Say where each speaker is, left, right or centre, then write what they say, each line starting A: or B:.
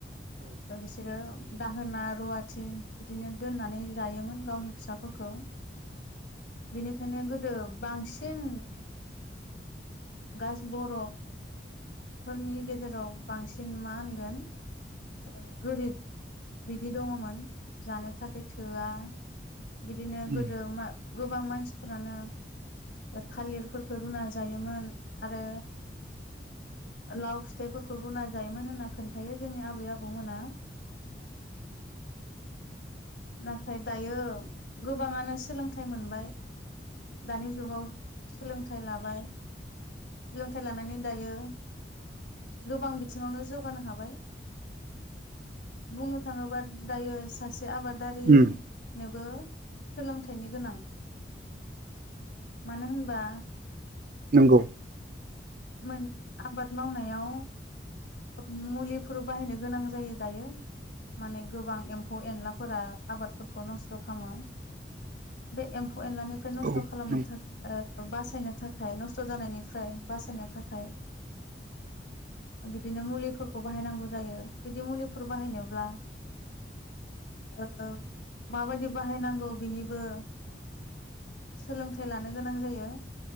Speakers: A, on the left; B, on the right.
A: दा बिसोरो दाहोना रुवाथि बिदिनो दोननानै जायोमोन गावनि फिसाफोरखौ बेनिखायनो गोदो बांसिन गास बर' फोरनि गेजेराव बांसिन मा होनगोन ओ गोरिब बिदि दङमोन जानो थाखाय थोया बिदिनो
B: उम
A: गोदो मा गोबां मानसिफोरानो ओ थालिरफोरखो रुना जायोमोन आरो, लाव फिथाइफोरखौ रुना जायोमोन होनना खोन्थायो जोंनि आबै आबौमोना
B: <inaudible>
A: नाथाय दायो गोबाङानो सोलोंथाइ मोनबाय दानि जुगाव सोलोंथाइ लाबाय सोलोंथाइ लानानै दायो गोबां बिथिङावनो जौगानो हाबाय बुंनो थाङोबा दायो सास से आबादारि
B: उम
A: नोबो सोलों थाइनि गोनां मानो होनबा
B: नंगौ।
A: मोन आबाद मावनायाव ओ मुलिफोर बाहायनो गोनां जायो दायो। माने गोबां एम्फौ एनलाफोरा आबादफोरखौ नस्थ' खामो। बे एम्फौ एनलानि फ्राय नस्थ'
B: औ
A: खालामनो
B: नों
A: थाख ओ बासायनो थाखाय नस्थ' जानायनिफ्राय बासायनो थाखाय बिदिनो मुलिफोरखौ बाहायनांगौ जायो बिदि मुलिफोर बाहायनोब्ला ओ माबायदि बाहायनांगौ बिनिबो सोलोंथाइ लानो गोनां जायो।